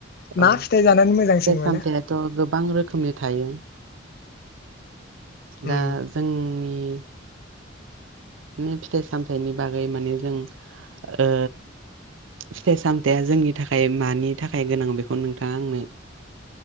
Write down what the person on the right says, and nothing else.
औ फिथाइ
सामथायाथ'
गो बां रोखोमनि थायो
दा जोंनि <inaudible> नि फिथाइ सामथायाइनि बागै माने जों ओ फिथाइ सामथाया जोंनि थाखाय मानि थाखाय गोनां बेखौ नोंथाङा आंनो